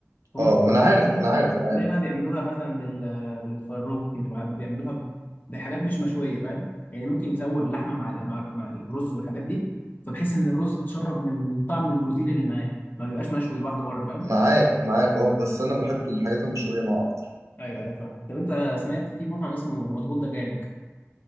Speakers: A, on the left; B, on the right.
A: هم
B: اه
A: في
B: ما انا عارف
A: السعودية
B: انا عارف انا
A: زي
B: عارف
A: بقى بيعملوها مثلا بال بالفروج بتبقى بيعملوها ب- بحاجات مش مشوية فاهم يعني ممكن يسووا اللحمة مع ال- مع ال- مع الرز والحاجات دي فبحس ان الرز اتشرب من من طعم البروتين اللي معاه ما بيبقاش مشوي لوحده بره فاهم
B: معاك معاك اه بس انا بحب الحاجات المشويه معاه اكتر
A: ايوه ايوه فاهم طب انت سمعت في مطعم اسمه مضبوط دجاج